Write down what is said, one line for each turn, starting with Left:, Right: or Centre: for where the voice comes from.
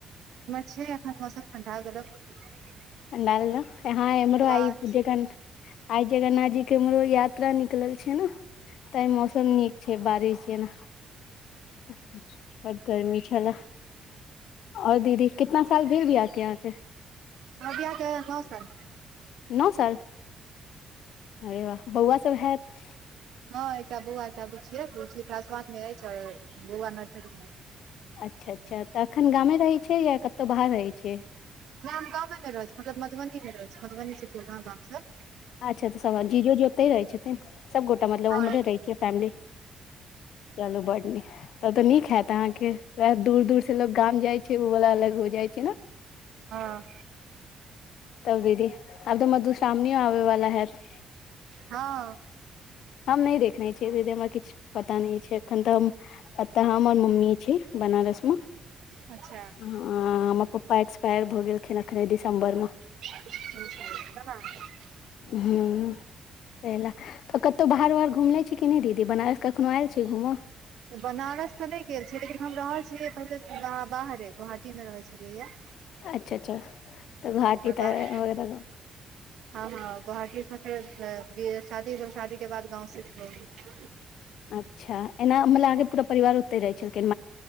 Right: इम्हर छैय एखन मौसम ठण्डा <unintelligible>
Left: पण्डाल न? हँ अमरो आय-
Right: हमर
Left: जकन, आय जगन्नाथ जीक के एम्हरो यात्- त्रा निकलल छैय नऽ तैंऽ मौसम नीक छैय बारिश जेना। <unintelligible> गर्मी छेलै। और दीदी कितना साल भेल बियाह के? अहाँ के?
Right: कबिया के पसल।
Left: नो साल अरे वाह बौआ सब हेऽत।
Right: हँ एकटा बौआ एकटा बुची या बुची क्लास वन में अैछ और बौआ नर्सरी मे।
Left: अच्छा- अच्छा तऽ एखन गामे रहै छैय या कतौ बाहर रहै छियै?
Right: हम गामे मे रहै छी मतलब मधुबनी मे रहै छी मधुबनी से पूर्णा गाम सँ।
Left: अच्छा तऽ सब जीजो जी ओतै रहै छथिन। सबगोटा मतलब
Right: हँ
Left: उम्हरे रहै छियै फैमिली चलू बड नीक। तब तऽ नीक हेऽत आहाँ के। वएह दूर -दूर से लोक गाम जाय छै उवला अलग हो जाय छै नऽ।
Right: हँ।
Left: तब दीदी आब तऽ मधुश्रामनी आबै वला हेऽत।
Right: हँ।
Left: हम नै देखने छियै दीदी हमरा किछ पता नै छै अखन तऽ हम। अ तऽ हम आर मम्मी छी बनारस में।
Right: अच्छा
Left: हँ हमर पप्पा एक्सपएर भऽ गेलखिन अखने दिसम्बर मे।
Right: <unintelligible>
Left: ह तऽ कतौ बाहर वाहर घुमने छी कि नै दीदी बनारस कखनो आएल छी घूमऽ।
Right: बनारस तऽ नै गेल छिये लेकिन हम रहल छियै पहिले सँ बाहरे गोहाट टी मे रहै छेलियै या
Left: अच्छा अच्छा तऽ घाटी
Right: ओकर
Left: तऽ
Right: बाद
Left: वगैरह
Right: हँ हँ गोहाटी सँ फेर बिय शादी -शादी के बाद गाँव सिप्ट भगेलै।
Left: अच्छा एना मतलब आहाँ के पूरा परिवार ओत तै रहै छेलखिन